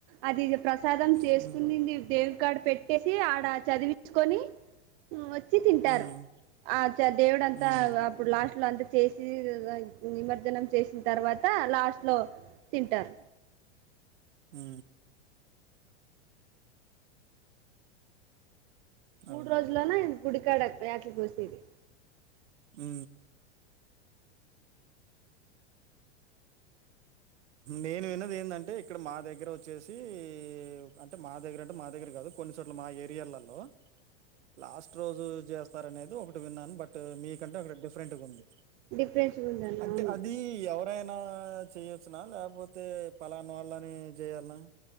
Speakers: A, on the right (about 50°); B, on the right (about 80°).
A: అది ప్రసాదం చేసుకుని
B: హ్మ్.
A: దేవికడ పెట్టేసి ఆడ చదివించుకొని వచ్చి తింటారు
B: హ్మ్.
A: ఆ దేవుడుంతా
B: హ్మ్.
A: అప్పుడు లాస్ట్ లో అంత చేసి నిమజ్జనం చేసిన తర్వాత లాస్ట్ లో తింటారు
B: ఆ
A: మూడు
B: అవునా?
A: రోజులనా గుడికాడ ఏటలు కోసేది
B: ఉ నేను విన్నది ఏంటంటే ఇక్కడ మా దగ్గర వచ్చేసి అంటే మా దగ్గర అంటే మా దగ్గర కా కొన్ని చోట్ల మా ఏరియాలలో లాస్ట్ రోజు చేస్తార అనేది ఒకటి విన్నాను బట్ మీకంటే అక్కడ డిఫరెంట్గా ఉంది
A: డిఫరెంట్గా ఉందన్న
B: అంటే
A: అవును
B: అది ఎవరైనా చేయొచ్చున లేకపోతే పలానా వాళ్ళని చేయాలనా